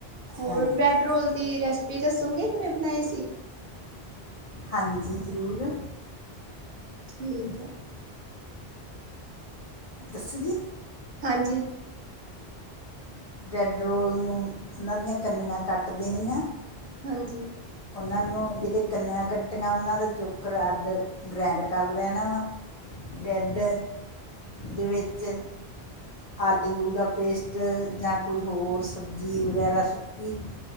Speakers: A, on the right; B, on the left.
A: ਹੋਰ
B: ਹਾਂਜੀ
A: ਬ੍ਰੈਡ ਰੋਲ ਦੀ ਰੈਸਪੀ ਦੱਸੋਗੇ ਕਿਵੇਂ ਬਣਾਈ ਸੀ।
B: ਹਾਂਜੀ ਜ਼ਰੂਰ।
A: ਠੀਕ ਐ।
B: ਦੱਸੋਗੀ।
A: ਹਾਂਜੀ।
B: ਬਰੈੱਡ ਰੋਲ ਨੂੰ ਉਨਾ ਦੀਆ ਕੰਨੀਆ ਕੱਟ ਦੇਣੀਆ।
A: ਹਾਂਜੀ।
B: ਉਨਾਂ ਨੂੰ ਜਿਹਦੇ ਕੰਨਿਆਂ ਕੱਟੀਆਂ ਉਨਾਂ ਦਾ ਚੋਕਰ ਅੱਡ ਗ੍ਰੈਂਡ ਕਰ ਲੈਣਾ ਵਾ ਬ੍ਰੈੱਡ ਦੇ ਵਿੱਚ ਆ ਲੂ ਦਾ ਪੇਸਟ ਜਾਂ ਕੋਈ ਹੋਰ ਸਬਜ਼ੀ ਵਗੈਰਾ ਸੁੱਕੀ